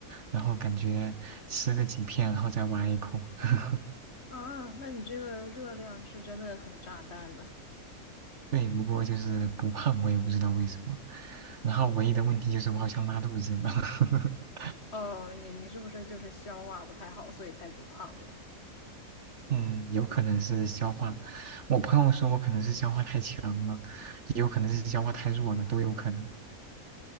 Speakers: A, on the right; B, on the left.
A: 然后感觉吃个几片，然后再挖一口。<laughs>
B: 啊，那你这个热量是真的很炸弹呢。
A: 对，不过就是不胖，我也不知道为什么。然后唯一的问题就是我好像拉肚子了，<laughs>
B: 哦，你你是不是就是消化不太好，所以才不胖呀？
A: 嗯，有可能是消化。我朋友说我可能是消化太强了，也有可能是消化太弱了，都有可能。